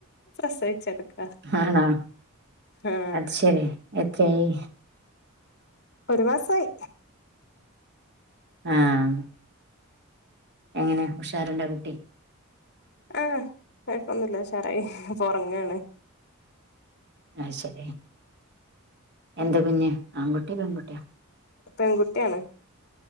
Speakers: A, on the left; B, on the right.
A: പ്രസവിച്ചടു അഹ്
B: ആണോ
A: ആഹ്
B: അത് ശരി എത്രയായി
A: ഒരു മാസായി
B: ആഹ് എങ്ങനെ ഉഷാറ്ണ്ടൊ കുട്ടി
A: ആഹ് കൊഴപ്പൊന്നുല്ല ഉഷാറായി പ്പഒറങ്ങാണ്.
B: അഹ് ശരി എന്ത്
A: ഉം
B: കുഞ്ഞ് ആൺകുട്ടി പെൺകുട്ടിയോ
A: പെങ്കുട്ടിയാണ്.